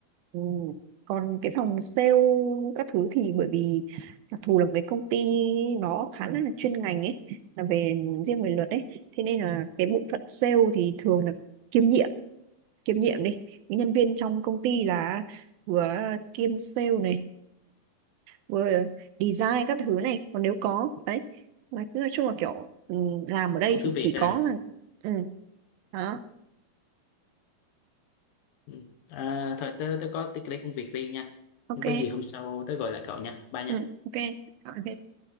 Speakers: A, on the right (about 80°); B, on the left (about 70°).
A: Ừ. còn cái phòng sale các thứ thì bởi vì đặc thù là với công ty nó khá là chuyên ngành ấy là về riêng về luật ấy thế nên là cái bộ phận sale thì thường là kiêm nhiệm kiêm nhiệm đi những nhân viên trong công ty là vừa kiêm sale này vừa design các thứ này còn nếu có đấy mà cứ nói chung là kiểu ừ, làm ở đây
B: đủ thứ
A: thì
B: việc
A: chỉ
B: à,
A: có là ừ đó
B: Ừ. à thôi tớ, tớ có tí cái công việc riêng nha
A: ok
B: Nếu có gì hôm sau tớ gọi lại cậu nha bye nha
A: ừ ok ok